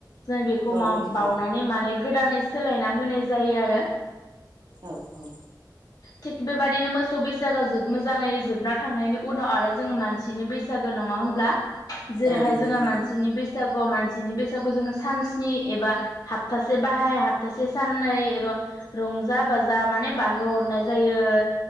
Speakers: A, on the left (about 60°); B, on the right (about 65°).
A: जों बेखौ
B: औ
A: माव
B: मिथिगौ
A: बावनानै माने गोदानै सोलायना होनाय जायो आरो
B: औ औ
A: थिग बेबायादिनो मोसौ बैसागो जोब मोजाङै जोबना थांनायनि उनाव आरो जोङो मानसिनि बैसागो नङा होमब्ला‌। जेरैहाय
B: औ नंगौ
A: जोंहा
B: नोंथां
A: मानसिनि बैसागु मानसिनि बैसागु जों सानस्नि एबा हाफ्थासे बाहाय हाफ्थासे साननै रंजा बाजा माने बारहोहरनाय जायो